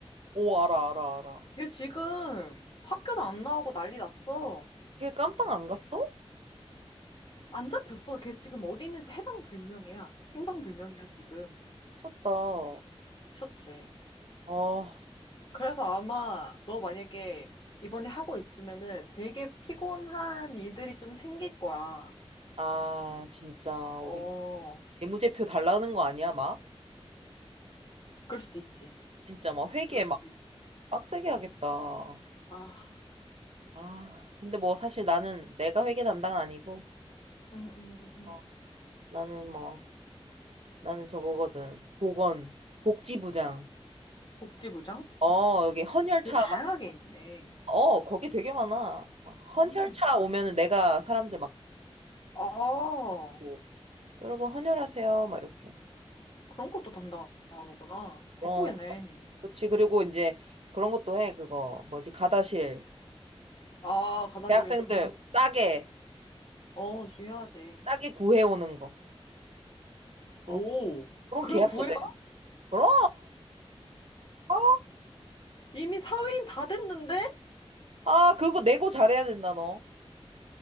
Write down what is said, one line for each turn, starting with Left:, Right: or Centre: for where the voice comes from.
Right: 오, 알아, 알아, 알아.
Left: 걔 지금 학교도 안 나오고 난리 났어.
Right: 걔 깜빵 안 갔어?
Left: 안 잡혔어. 걔 지금 어디 있는지 해방불명이야. 행방불명이야, 지금.
Right: 미쳤다.
Left: 미쳤지.
Right: 아,
Left: 그래서 아마 너 만약에 이번에 하고 있으면은 되게 피곤한 일들이 좀 생길 거야.
Right: 아, 진짜, 우리
Left: 어,
Right: 재무제표 달라는 거 아니야, 막?
Left: 그럴 수도 있지.
Right: 진짜 막 회계
Left: 그럴
Right: 막
Left: 수도 있지.
Right: 빡세게 하겠다.
Left: 아,
Right: 아, 근데 뭐 사실 나는 내가 회계 담당은 아니고,
Left: 음, 음, 음. 음.
Right: 어, 나는 뭐, 나는 저거거든. 보건, 복지부장.
Left: 복지부장?
Right: 어, 여기 헌혈차,
Left: 되게 다양하게 있네.
Right: 어, 거기 되게 많아. 막
Left: 음.
Right: 헌혈차 오면은 내가 사람들 막,
Left: 아,
Right: 보고, 여러분 헌혈하세요, 막 이렇게.
Left: 그런 것도 담당하는구나. 바쁘겠네.
Right: 그럼 그렇지 그리고 이제 그런 것도 해 그거 뭐지 가다실
Left: 아, 가다실
Right: 대학생들
Left: 중요하,
Right: 싸게
Left: 어, 중요하지.
Right: 싸게 구해오는 거 어,
Left: 오,
Right: 그런
Left: 그걸
Right: 계약도
Left: 구해요?
Right: 돼 그럼 아,
Left: 이미 사회인 다 됐는데?
Right: 아 그거 내고 잘해야 된다 너